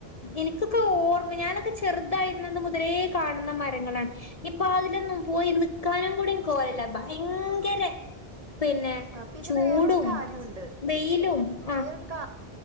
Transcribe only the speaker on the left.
എനിക്കൊക്കെ ഓർമ ഞാനൊക്കെ ചെറുതായിരുന്നത് മുതലെ കാണുന്ന മരങ്ങളാണ് ഇപ്പൊ അതിനൊന്നും പോയി നിക്കാനും കൂടി കോല്യല്ല <unintelligible> ഭയങ്കര പിന്നെ
ചൂടും
വെയിലും ആഹ്